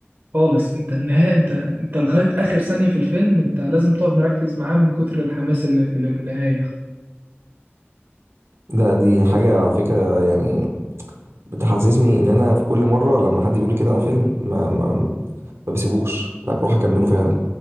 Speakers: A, on the right (about 55°); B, on the right (about 80°).
A: خالص انت النهاية انت انت لغاية آخر ثانية في الفيلم انت لازم تقعد مركز معاه من كتر الحماس اللي في النهاية
B: ده دي حاجة على فكرة يعني بتحسسني ان انا في كل مرة لما حد بيقول لي كده على فيلم ما ما ما بسيبوش لا بروح اكمله فعلا